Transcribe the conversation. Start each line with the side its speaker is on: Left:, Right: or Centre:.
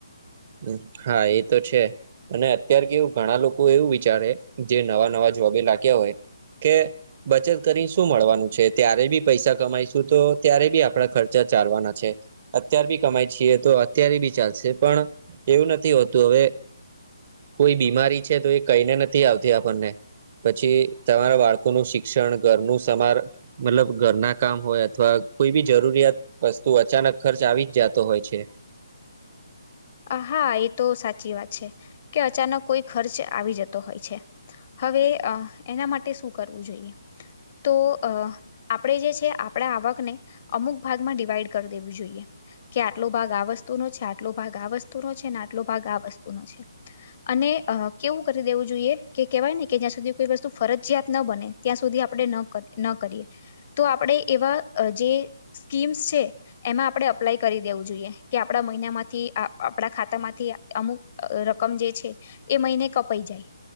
Right: હ હા એ તો છે અને અત્યારે કેવુ ઘણા લોકો એવું વિચારે જે નવા નવા જોબે લાગ્યા હોય કે બચત કરીને શું મળવાનું છે ત્યારે બી પૈસા કમાઈશું તો ત્યારે બી આપણા ખર્ચા ચાલવાના છે અત્યાર બી કમાય છીએ તો અત્યારે બી ચાલશે પણ એવું નથી હોતું હવે કોઈ બીમારી છે તો એ કઈને નથી આવતી આપણને પછી તમારા બાળકોનું શિક્ષણ ઘરનું સમાર મતલબ ઘરના કામ હોય અથવા કોઈ બી જરૂરિયાત વસ્તુ અચાનક ખર્ચ આવી જ જાતો હોય છે
Left: અ હા એ તો સાચી વાત છે કે અચાનક કોઈ ખર્ચ આવી જતો હોય છે હવે અ એના માટે શું કરવું જોઈએ તો અ આપણે જે છે આપણા આવકને અમુક ભાગમાં ડિવાઈડ કર દેવી જોઈએ કે આટલો ભાગ આ વસ્તુનો છે આટલો ભાગ આ વસ્તુનો છે અને આટલો ભાગ આ વસ્તુનો છે અને અ કેવું કરી દેવું જોઈએ કે કેવાય ને કે જ્યાં સુધી કોઈ વસ્તુ ફરજયાત ન બને ત્યાં સુધી આપણે નક ન કરીએ તો આપણે એવા જે સ્કીમ્સ છે એમાં આપણે અપ્લાય કરી દેવું જોઈએ કે આપણા મહિનામાંથી આ આપણા ખાતામાંથી અમુક રકમ જે છે એ મહિને કપાઈ જાય